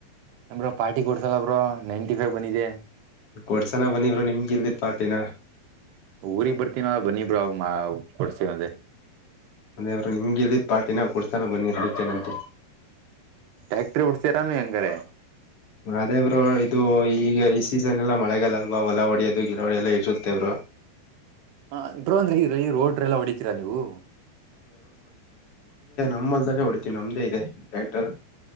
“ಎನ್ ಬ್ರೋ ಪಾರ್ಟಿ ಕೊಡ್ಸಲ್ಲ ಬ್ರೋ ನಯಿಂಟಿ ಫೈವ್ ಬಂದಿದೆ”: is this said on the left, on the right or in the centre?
Right